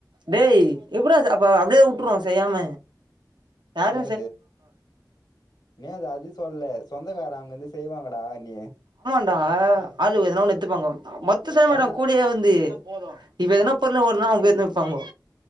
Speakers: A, on the right (about 85°); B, on the left (about 70°).
A: டேய் எப்படற அப்ப அப்டியேதான் விட்டுருவோம் செய்யாம யாரு
B: அ என் அது அது சொல்லல சொந்தக்காரம் அங்கிருந்து செய்வாங்கடா இ நீ
A: ஆஹ் ஆளுக்கு எதன ஒன்னு எத்துப்பாங்கோ மொத்த சரி மேடம்
B: வர்றா
A: கூடியே வந்து போது இப்ப எதனா பொருள வனா அவங்க எதன எத்துப்பாங்கோ